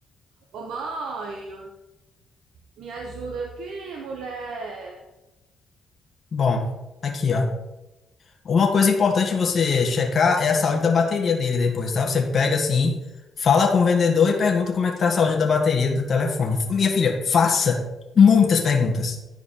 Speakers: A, on the right; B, on the left.
A: Ô, mãe! Me ajuda aqui, mulher.
B: Bom, aqui, ó. Uma coisa importante você checar é a saúde da bateria dele depois, tá? Você pega assim, fala com o vendedor e pergunta como é que tá a saúde da bateria do telefone. Minha filha, faça muitas perguntas.